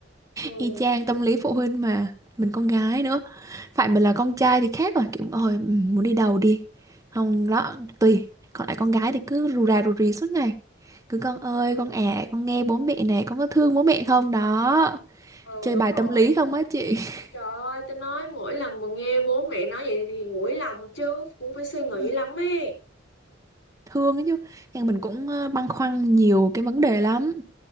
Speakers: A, on the left; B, on the right.
A: ừ,
B: Y chang tâm lý phụ huynh mà mình con gái nữa phải mình là con trai thì khác rồi kiểu ôi ừ, muốn đi đầu đi không đó tùy còn lại con gái thì cứ rù rà rù rì suốt ngày cứ con ơi
A: ừ,
B: con à con nghe bố mẹ này con có thương bố mẹ không đó
A: ừ
B: chơi
A: đúng
B: bài
A: rồi
B: tâm lý không á chị <laughs>
A: trời ơi tao nói mỗi lần mà nghe bố mẹ nói vậy thì nguội lòng chứ cũng phải suy nghĩ
B: Ừ,
A: lắm ấy
B: thương ấy chứ nhưng mình cũng ờ, băn khoăn nhiều cái vấn đề lắm